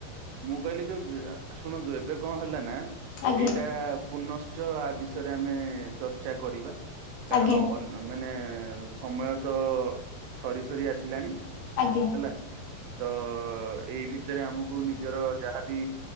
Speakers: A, on the right (about 80°); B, on the left (about 75°).
A: ମୁଁ କହିଲି ଯୋଉ ଶୁଣନ୍ତୁ ଏବେ କଣ ହେଲା ନା
B: ଆଜ୍ଞା
A: ଏଇଟା ପୁନଶ୍ଚ ଆ ବିଷୟରେ ଆମେ ଚର୍ଚ୍ଚା କରିବା କାରଣ
B: ଆଜ୍ଞା
A: ଅ ମାନେ ଏଁ ସମୟ ତ ସରି ସରି ଆସିଲାଣି।
B: ଆଜ୍ଞା।
A: ହେଲା ତ ଏଇ ଭିତରେ ଆମକୁ ନିଜର ଯାହାବି